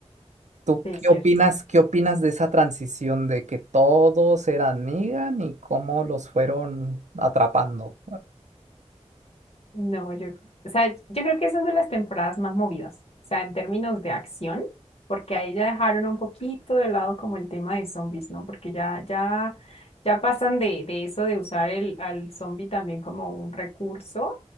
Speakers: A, on the right; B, on the left.
A: ¿Tú
B: sí,
A: qué
B: es cierto.
A: opinas, qué opinas de esa transición de que todos eran Negan y cómo los fueron atrapando?
B: No, yo, o sea, yo creo que esa es de las temporadas más movidas, o sea, en términos de acción, porque ahí ya dejaron un poquito de lado como el tema de zombies, ¿no? Porque ya, ya, ya pasan de, de eso de usar el, al zombie también como un recurso,